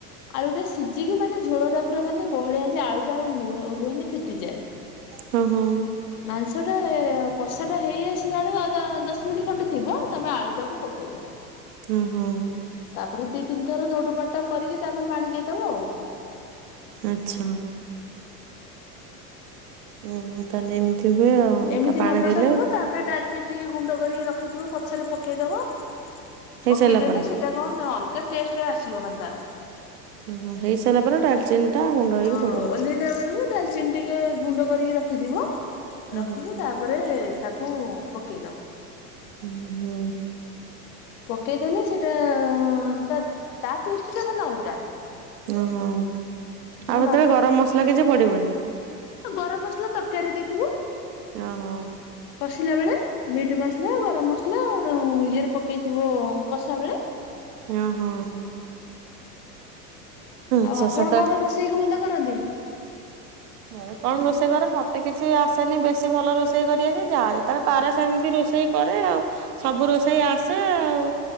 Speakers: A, on the left (about 65°); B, on the right (about 65°).
A: ଆଳୁଟା ସିଝିକି ମାନେ ଝୋଳଟା ପୁରା ମାନେ ବହଳିଆ ହେଇଯାଏ, ଆଳୁଟା ଆଉ ନୁହେ ରୁହେନି। ଫିଟିଯାଏ।
B: ହଁ-ହଁ।
A: ମାଂସଟା କଷାଟା ହେଇ ଆସିଲା ବେଳକୁ ଆଉ ଦ ଦଶ ମିନିଟ ଖଣ୍ଡେ ଥିବ ତମେ ଆଳୁଟାକୁ ପକେଇବ।
B: ହୁଁ ହୁଁ।
A: ତାପରେ ଦି ତିନି ଥର ନେଉଟ ପାଲଟା କରିକି ତାପରେ ପାଣି ଦେଇଦବ ଆଉ।
B: ଆଚ୍ଛା। ଉଁ ହୁଁ, ତାହାଲେ ଏମିତି ହୁଏ ଆଉ
A: ଏମିତି
B: ତ ପାଣି
A: ମଟନଟା
B: ଦେଲେ
A: ହେବ ତାପରେ ଡାଲଚିନି ଟିକେ ଗୁଣ୍ଡ କରିକି ରଖିଥିବ ପଛରେ ପକେଇଦବ, ପକେଇଦେଲେ
B: ହେଇସାରିଲା ପରେ
A: ସେ ସେଇଟା କଣ ନା ଅଲଗା ଟେଷ୍ଟ ଆସିବ ମାନେ ତାର।
B: ଓହୋଃ ହେଇ ସାରିଲା ପରେ ଡାଲଚିନି ଟା ଗୁଣ୍ଡ
A: ହଁ
B: ହେଇକି ପଡିବ
A: ଓହ୍ଲେଇଲା ବେଳକୁ ଡାଲଚିନି ଟିକେ ଗୁଣ୍ଡ କରିକି ରଖିଥିବ
B: ହୁଁ
A: ରଖିକି
B: ହୁଁ
A: ତାପରେ ତାକୁ ପକେଇଦବ।
B: ହୁଁ ହୁଁ।
A: ପକେଇଦେଲେ ସେଇଟା-ଆ-ଆ ଆଁ ତା, ତା ଟେଷ୍ଟଟା ମାନେ ଅଲଗା।
B: ଓହୋଃ, ଆଉ
A: ମୋ
B: ସେତେବେଳେ ଗରମ ମସଲା କିଛି ପଡିବନି?
A: ହଁ ଗରମ ମସଲା ତରକାରୀରେ ଦେଇଥିବ।
B: ଓହୋଃ।
A: କଷିଲା ବେଳେ। ମିଟ୍ ମସଲା ଗରମ ମସଲା ଇଏରେ ପକେଇଥିବ କଷା ବେଳେ।
B: ହଁ ହଁ। ଆଚ୍ଛା
A: ଆଉ ଆପଣ
B: ସାତ
A: କଣ ରୋଷେଇକି ଭଲ କରନ୍ତି?
B: ମୁଁ କଣ ରୋଷେଇ କରେ ମତେ କିଛି ଆସେନି ବେଶୀ ଭଲ ରୋଷେଇ କରିଆସିନି ଯାହା ଯେତେବେଳେ ପାରେ ସେମିତି ରୋଷେଇ କରେ ଆଉ, ସବୁ ରୋଷେଇ ଆସେ ଆଉ।